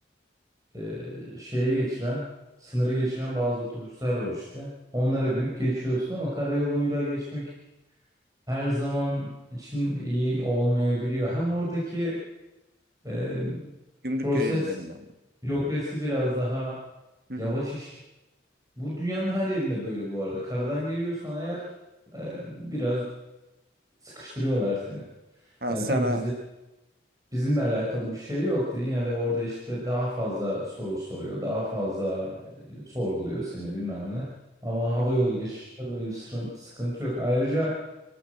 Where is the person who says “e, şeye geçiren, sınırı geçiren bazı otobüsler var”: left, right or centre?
Right